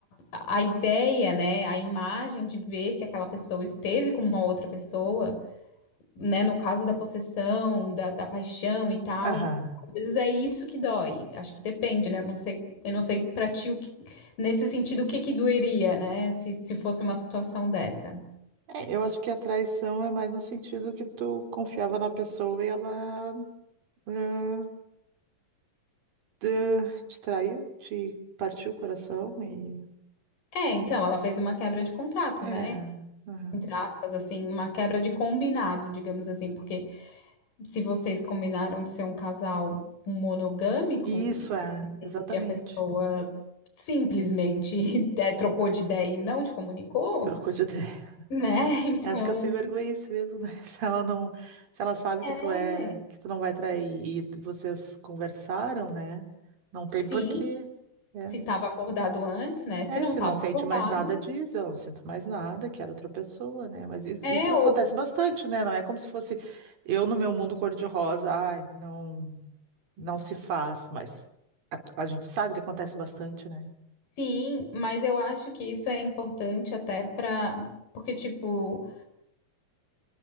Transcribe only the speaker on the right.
aham.
É, eu acho que a traição é mais no sentido que tu confiava na pessoa e ela ah, te, te traiu, te partiu o coração e
é,
aham.
Isso é,
exatamente.
Trocou de ideia.
Eu Acho que a sem vergonha é isso mesmo, né? <laughs> Se ela não, se ela sabe
que tu é, que tu não vai trair e vocês conversaram, né? Não tem
porquê. né?
É,
se
não sente
mais nada, diz, eu não sinto mais nada, quero outra pessoa, né? Mas isso,
isso
acontece bastante, né? Não é como se fosse eu no meu mundo cor-de-rosa, ai, não, não se faz, mas a, a gente sabe que acontece bastante, né?